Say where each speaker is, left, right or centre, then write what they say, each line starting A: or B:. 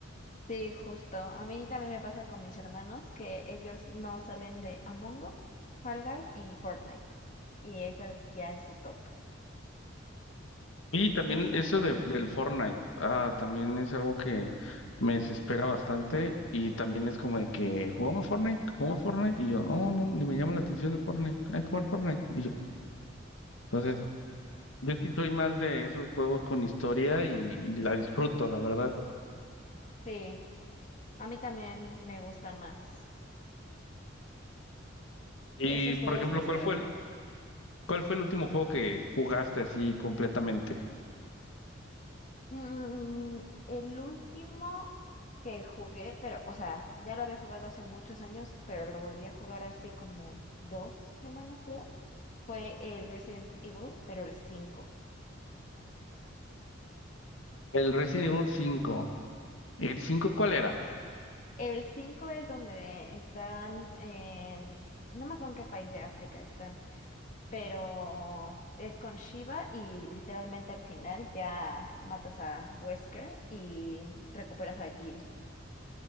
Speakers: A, on the left; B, on the left.
A: Sí, justo. A mí también me pasa con mis hermanos que ellos no salen de Among Us, Fall Guys y Fortnite. Y esas ya es su top.
B: Y también
A: O sea,
B: eso de- del Fortnite, ah, también es algo que me desespera bastante y también es como de que jugamos Fortnite, jugamos Fortnite y yo, no, no, ni me llama la atención el Fortnite, hay que jugar Fortnite. Y yo, entonces, yo sí soy más de esos juegos con historia y, y la disfruto, la verdad.
A: sí, a mí también me gustan más
B: Y,
A: esos
B: por
A: juegos
B: ejemplo,
A: de historia.
B: ¿cuál fue el, cuál fue el último juego que jugaste así completamente?
A: Mm, el último que jugué, pero, o sea, ya lo había jugado hace muchos años, pero lo volví a jugar hace como dos semanas, creo, fue el Resident Evil, pero el 5.
B: El Resident Evil cinco ¿El 5 cuál era?
A: El 5 es donde están en, no me acuerdo en qué país de África están, pero es con Shiva y literalmente al final ya matas a Wesker y recuperas a Jill.